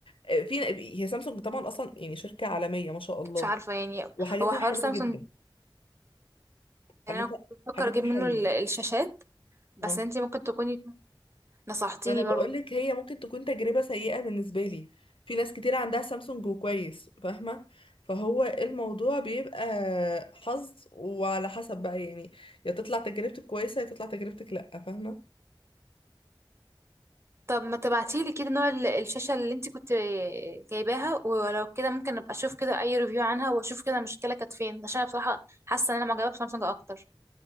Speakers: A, on the left; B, on the right.
A: آه، في هي سامسونج طبعا اصلا يعني شركه عالميه ما شاء الله
B: مش عارفه يعني
A: وحاجتها
B: هو حوار
A: حلوه
B: سامسونج
A: جدا
B: يعني
A: حاجتها
B: انا كنت
A: حاجتها
B: بفكر اجيب منه
A: حلوة
B: ال- الشاشات بس
A: اه
B: انتي ممكن تكوني نصحتيني
A: ما انا بقولك
B: برضو
A: هي ممكن تكون تجربة سيئة بالنسبة لي في ناس كتير عندها سامسونج وكويس فاهمة فهو الموضوع بيبقى حظ وعلى حسب بقى يعني يا تطلع تجربتك كويسة يا تطلع تجربتك لأ فاهمة
B: طب ما تبعتيلي كده نوع ال- الشاشة اللي انت كنت جايباها ولو كده ممكن ابقى اشوف كده اي ريفيو عنها واشوف كده المشكلة كانت فين عشان انا بصراحة حاسة ان انا معجبة بسامسونج اكتر